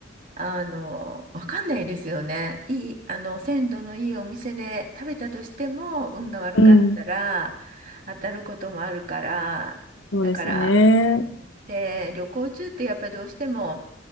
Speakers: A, on the right (about 45°); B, on the left (about 75°).
A: あの、わかんないですよね。いい、あの、鮮度のいいお店で食べたとしても、運が悪かったら、
B: うん。うん
A: 当たることもあるから、
B: そうですね。
A: だから、うんで、旅行中ってやっぱどうしても、